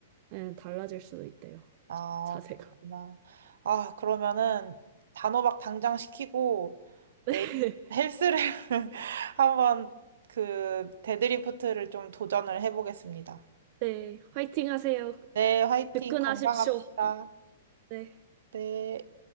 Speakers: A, on the right (about 45°); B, on the right (about 65°).
A: 예, 달라질 수도 있대요.
B: 아,
A: 자, 자세가.
B: 그렇구나. 아, 그러면은 단호박 당장 시키고
A: <laughs>
B: 내일 헬스를 <laughs> 한번 그 데드리프트를 좀 도전을 해보겠습니다.
A: 네, 화이팅 하세요.
B: 네, 화이팅
A: 뜨끈하십시오.
B: 건강합시다.
A: 네.
B: 네.